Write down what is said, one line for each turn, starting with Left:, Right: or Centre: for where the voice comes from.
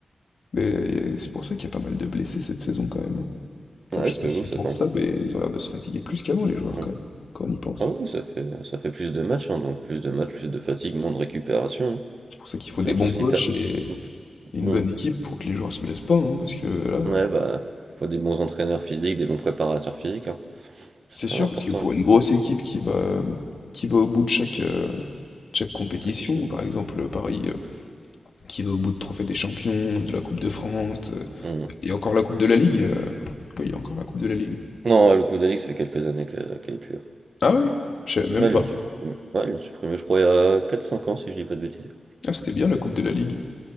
Left: Mais euh, c'est pour ça qu'il y a pas mal de blessés cette saison quand même. hein. Enfin,
Right: Ah ouais,
Left: je sais
Right: ça
Left: pas si
Right: joue,
Left: c'est
Right: ça
Left: pour
Right: fait encore.
Left: ça, mais ils ont l'air de se fatiguer plus qu'avant les joueurs
Right: Ouais.
Left: quand même, quand on y pense.
Right: Ah oui, ça fait ça fait plus de matchs, hein, donc plus de matchs, plus de fatigue, moins de récupération. hein.
Left: C'est pour ça qu'il faut
Right: Surtout
Left: des bons
Right: si
Left: coachs
Right: t'as.
Left: et
Right: Mm,
Left: et une
Right: mm.
Left: bonne équipe pour que les joueurs se blessent pas, hein, parce que là,
Right: Ouais, bah, faut des bons entraîneurs physiques, des bons préparateurs physiques, hein. C'est
Left: c'est
Right: très
Left: sûr,
Right: important,
Left: parce que pour
Right: hein,
Left: une
Right: cette
Left: grosse équipe qui va, qui va au bout de chaque, euh, chaque compétition,
Right: compétition.
Left: par exemple euh, Paris euh, qui va au bout de Trophée des Champions, de la Coupe de France, euh,
Right: Mm.
Left: et encore la Coupe de la Ligue. euh, Oui, il y a encore la Coupe de la Ligue.
Right: Non, ouais, le coup d'Alix, ça fait quelques années que- qu'elle est plus là.
Left: Ah ouais? Je savais même
Right: Ouais,
Left: pas.
Right: ils l'ont supprimé. Ouais, ils l'ont supprimé, je crois, il y a 4-5 ans, si je dis pas de bêtises.
Left: Ah, c'était bien la Coupe de la Ligue.